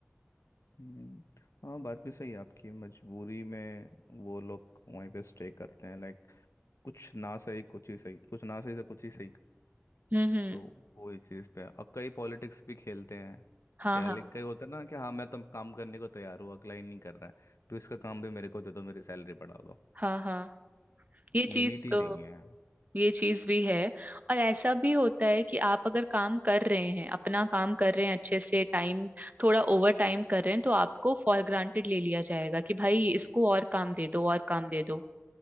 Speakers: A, on the left (about 80°); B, on the right (about 35°).
A: हम्म, हाँ बात भी सही है आपकी मजबूरी में वो लोग वहीं पे स्टे करते हैं लाइक कुछ ना सही कुछ ही सही कुछ ना सही से कुछ ही सही
B: हम्म हम्म
A: तो वो ही चीज़ पे और कई पॉलिटिक्स भी खेलते हैं
B: हाँ
A: क्या
B: हाँ
A: लिख कई होता है ना कि हाँ मैं तो काम करने को तैयार हूँ अगला ही नहीं कर रहा है तो इसका काम भी मेरे को दे दो मेरी सैलरी बढ़ा दो
B: हाँ हाँ ये चीज
A: यूनिटी
B: तो
A: नहीं है
B: ये चीज भी है और ऐसा भी होता है कि आप अगर काम कर रहे हैं अपना काम कर रहे हैं अच्छे से टाइम थोड़ा ओवर टाइम कर रहे हैं तो आपको फॉर ग्रांटेड ले लिया जाएगा कि भाई इसको और काम दे दो और काम दे दो